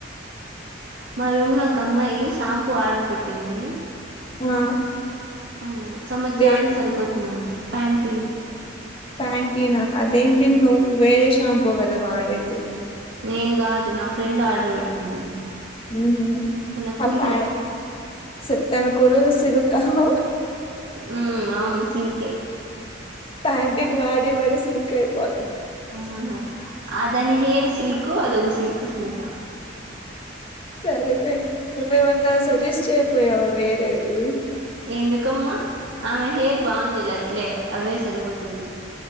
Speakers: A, on the right; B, on the left.
A: మా రూమ్ లో ఒక అమ్మాయి షాంపూ ఆర్డర్ పెట్టింది
B: ఆ
A: ఆ సంవత్సరానికి
B: దేని
A: సరిపోతుందమ్మా ప్యాంటీన్
B: ప్యాంటీనా అదేంటిన్
A: మ్మ్
B: నువ్వు వేరే షాంప్ పోద్దివాడతే
A: నేను కాదు నా ఫ్రెండ్ ఆర్డర్ పెట్టింది
B: హహు
A: తన కురులకి
B: తిరక్కు
A: మ్మ్ అవును సిల్కే
B: ప్యాంటీన్ వాడే వాడే సిల్క్ అయిపోతాది
A: ఆ అదని హేర్ సిల్క్ ఎకు అది ఒకో సిల్క్స్మిత
B: సరేపోయి మ మేమన్నా సజెస్ట్ అయిపోయావా వేరేది
A: ఎందుకమ్మా ఆమె హెయిర్ బాగుంది అట్లే అవే సరిపోతుది